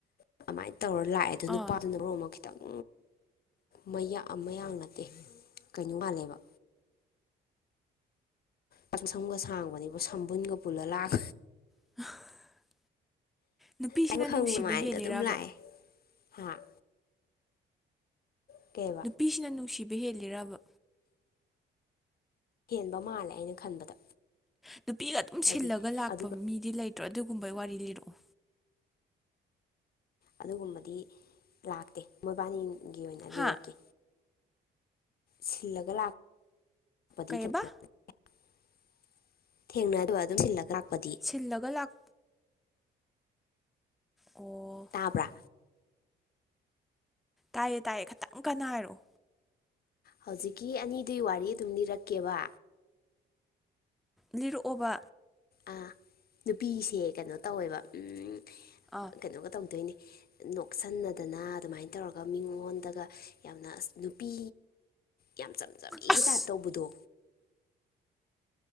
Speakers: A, on the left; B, in the centre.
A: ꯑꯗꯨꯃꯥꯏꯅ ꯇꯧꯔ ꯂꯥꯛꯑꯦ ꯑꯗꯣ
B: ꯑꯥ
A: ꯅꯨꯄꯥꯗꯨꯅ ꯃꯔꯣꯟ ꯑꯃ ꯇꯪ ꯃꯌꯥ ꯃꯌꯥꯡ ꯅꯠꯇꯦ ꯀꯩꯅꯣ ꯃꯥꯟꯂꯦꯕ ꯃꯁꯝꯒ ꯁꯥꯡꯕꯅꯤꯕꯨ ꯁꯝꯕꯨꯟꯒ ꯄꯨꯜꯂ ꯂꯥꯛ
B: <unintelligible> ꯅꯨꯄꯤꯁꯤꯅ
A: <unintelligible>
B: ꯅꯨꯡꯁꯤꯕ ꯍꯦꯜꯂꯤꯔꯕ
A: ꯑꯗꯨꯝ ꯂꯥꯛꯑꯦ ꯍꯥ <unintelligible>
B: ꯄꯤꯁꯤꯅ ꯅꯨꯡꯁꯤꯕ ꯍꯦꯜꯂꯤꯔꯕ
A: ꯍꯦꯟꯕ ꯃꯥꯜꯂꯦ ꯑꯩꯅ ꯈꯟꯕꯗ
B: ꯅꯨꯄꯤꯒ ꯑꯗꯨꯝ
A: ꯍꯥꯏꯗꯤ
B: ꯁꯤꯜꯂꯒ ꯂꯥꯛꯄ
A: ꯑꯗꯨꯒ
B: ꯃꯤꯗꯤ ꯂꯩꯇ꯭ꯔꯣ ꯑꯗꯨꯒꯨꯝꯕꯩ ꯋꯥꯔꯤ ꯂꯤꯔꯛꯑꯣ
A: ꯑꯗꯨꯒꯨꯝꯕꯗꯤ ꯂꯥꯛꯇꯦ ꯃꯣꯏꯕꯥꯅꯤꯒꯤ ꯑꯣꯏꯅ
B: ꯍꯥ
A: ꯂꯤꯔꯛꯀꯦ ꯁꯤꯜꯂꯒ ꯂꯥꯛ ꯄꯗꯤ
B: ꯀꯩꯕ
A: ꯊꯦꯡꯅ <unintelligible> ꯊꯦꯡꯅꯗꯕ ꯑꯗꯨꯝ ꯁꯤꯜꯂꯒ ꯂꯥꯛꯄꯗꯤ
B: ꯁꯤꯜꯂꯒ ꯂꯥꯛ ꯑꯣ
A: ꯇꯥꯕ꯭ꯔꯥ
B: ꯇꯥꯏꯌꯦ ꯇꯥꯏꯌꯦ ꯈꯤꯇꯪ ꯀꯟꯅ ꯍꯥꯏꯔꯣꯑꯣ
A: ꯍꯧꯖꯤꯛꯀꯤ ꯑꯅꯤꯗꯨꯏ ꯋꯥꯔꯤ ꯑꯗꯨꯝ ꯂꯤꯔꯛꯀꯦꯕ
B: ꯂꯤꯔꯛꯑꯣꯕ
A: ꯑꯥ ꯅꯨꯄꯤꯁꯦ ꯀꯩꯅꯣ ꯇꯧꯋꯦꯕ ꯎꯝ
B: ꯑꯥ
A: ꯀꯩꯅꯣꯒ ꯇꯧꯗꯣꯏꯅꯤ ꯅꯣꯛꯁꯟꯅꯗꯅ ꯑꯗꯨꯃꯥꯏꯅ ꯇꯧꯔꯒ ꯃꯤꯉꯣꯟꯗꯒ ꯌꯥꯝꯅ ꯑꯁ ꯅꯨꯄꯤ ꯌꯥꯝ ꯆꯝꯖꯥꯕꯤꯒꯤ
B: ꯑꯁ
A: ꯇꯥꯏꯞ ꯇꯧꯕꯗꯣ